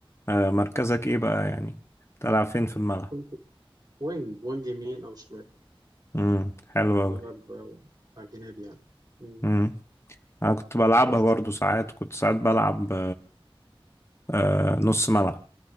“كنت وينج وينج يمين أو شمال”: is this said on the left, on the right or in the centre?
Right